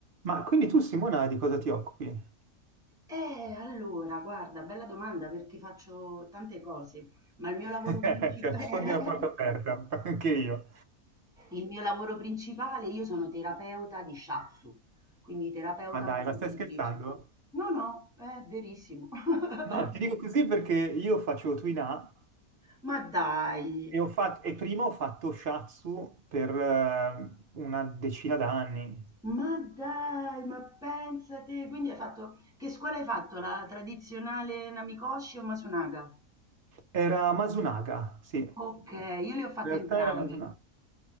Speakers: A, on the right; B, in the centre.
A: Ma quindi tu, Simona, di cosa ti occupi?
B: Eh, allora, guarda, bella domanda perché faccio tante cose, ma il mio
A: <laughs>
B: lavoro principale,
A: Cioè, Sfondi
B: <laughs>
A: una porta aperta, <laughs> anche io.
B: il mio lavoro principale, io sono terapeuta di shiatsu, quindi terapeuta
A: Ma dai,
B: massaggiatrice.
A: ma stai scherzando?
B: No, no, è verissimo. <laughs>
A: No, ti dico così perché io faccio Twina
B: Ma dai,
A: e, ho fatto, e prima ho fatto Shatsu per eh, una decina d'anni.
B: ma dai, ma pensate, quindi hai fatto, che scuola hai fatto? La tradizionale Namikoshi o Masunaga?
A: Era Masunaga, sì. In
B: Ok, io le ho fatte
A: realtà
B: entrambe.
A: era Masunaga.